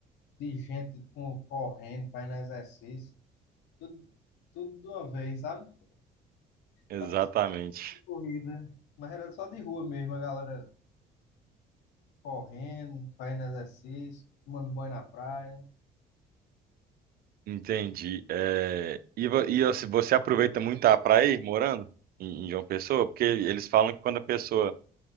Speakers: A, on the left; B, on the right.
A: de gente com, correndo, fazendo exercício, tudo, tudo de uma vez, sabe?
B: exatamente.
A: Parecia corrida, mas era só de rua mesmo, a galera correndo, fazendo exercício, tomando banho na praia.
B: Entendi. É, E, vo- e você você aproveita muito a praia aí, morando em, em João Pessoa? Porque eles falam que quando a pessoa